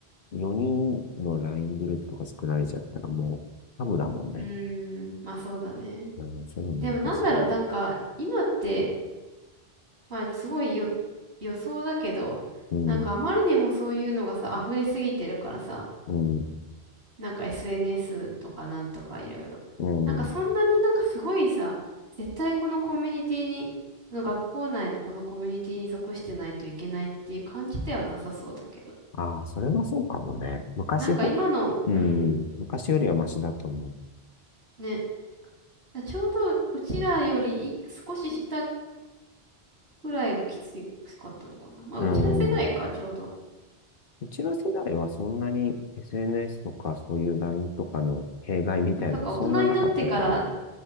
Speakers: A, on the left (about 60°); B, on the right (about 75°).
A: 人、4人の LINE グループとか作られちゃったらもう、ハブだもんね。
B: うーん。まあそうだね。
A: うん、そういうの難しいよね。
B: でもなんだろう、なんか今って、まあすごいよ予想だけど、
A: うん、
B: なんかあまりにもそういうのがさ、溢れすぎてるからさ、
A: うん、
B: なんか SNS とかなんとかいろいろ。
A: うん。
B: なんかそんなになんかすごいさ、絶対このコミュニティに、その学校内のこのコミュニティに属してないといけないっていう感じではなさそうだけど。
A: ああ、それはそうかもね。昔ほ、
B: なんか今の、
A: うん、
B: うん、
A: 昔よりはマシだと思う。
B: ね。ちょうどうちらよりい少し下ぐらいがきつかったのかな。まあ、
A: うん。
B: うちら世代か、ちょうど。
A: うちの世代はそんなに SNS とかそういう LINE とかの弊害みたいなのそんななかったと思
B: まあ、そっか、大人になってから、